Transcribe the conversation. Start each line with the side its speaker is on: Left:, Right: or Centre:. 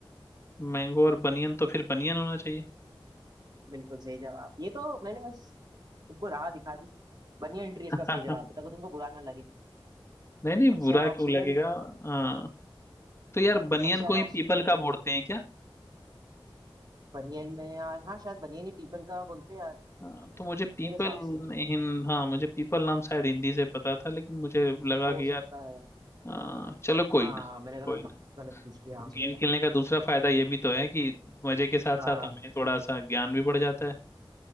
Left: मैंगो और बनियन तो फिर बनियन होना चाहिए
Right: बिल्कुल सही जवाब ये तो मैंने बस तुमको राह दिखा दी बनियन ट्री इसका
Left: <laughs>
Right: सही जवाब है ताकि तुमको बुरा ना लगे
Left: नहीं नहीं
Right: सबसे
Left: बुरा
Right: ज्यादा
Left: क्यों
Right: ऑक्सीजन
Left: लगेगा हाँ तो यार बनियन
Right: सबसे ज्यादा
Left: को ही
Right: ऑक्सीजन
Left: पीपल
Right: तो बनियन
Left: का बोलते हैं क्या
Right: बनियन में यार हाँ शायद बनियन ही पीपल का बोलते हैं यार
Left: हाँ, तो मुझे पीपल
Right: मेरे हिसाब से
Left: हिंद हाँ मुझे पीपल नाम शायद हिंदी से पता था लेकिन मुझे लगा
Right: हो
Left: कि
Right: सकता
Left: यार
Right: है
Left: हाँ, चलो कोई
Right: हाँ
Left: ना
Right: मैंने गलत
Left: कोई ना
Right: गलत पूछ लिया हो
Left: गेम
Right: सकता है
Left: खेलने का दूसरा फायदा ये भी तो है कि मजे के साथ
Right: हाँ
Left: साथ हमें थोड़ा सा ज्ञान भी बढ़ जाता है